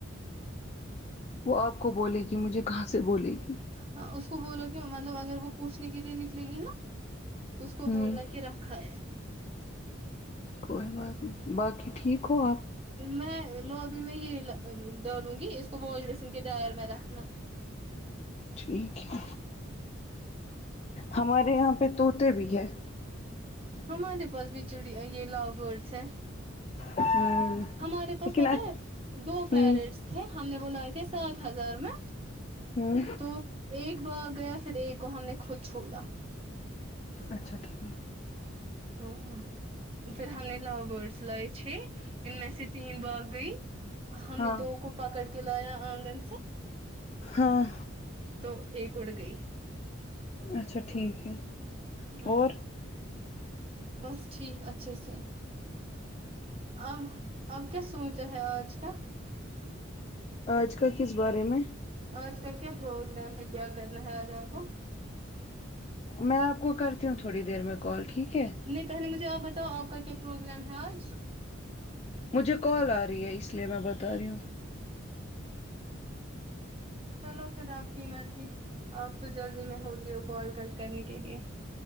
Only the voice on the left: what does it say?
وہ آپ کو بولے گی مجھے کہاں سے بولے گی
ہوں
کوئی بات نہیں باقی ٹھیک ہو آپ
ٹھیک ہے ہمارے یہاں پہ طوطے بھی ہے
ہوں
لیکن
ہوں
ہوں
اچھا ٹھیک ہے
ہاں
ہاں
اچھا ٹھیک ہے
اور
آج کا کس بارے میں
میں آپ کو کرتی ہوں تھوڑی دیر میں کال ٹھیک ہے
مجھے کال آ رہی ہے اس لیے میں بتا رہی ہوں